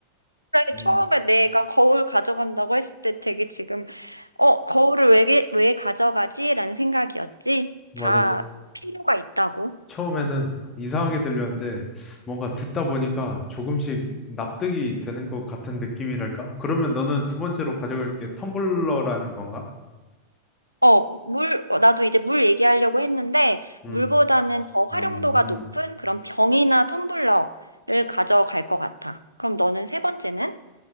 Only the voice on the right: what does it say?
그래,
처음에 내가 거울 가져간다고 했을 때 되게 지금, 어, 거울을 왜, 왜 가져가지? 라는 생각이었지.
다 필요가 있다고.
어, 물, 어, 나도 이제 물 얘기하려고 했는데,
물보다는 더 활용도가
높은 그런 병이나 텀블러를 가져갈 것 같아. 그럼 너는 세 번째는?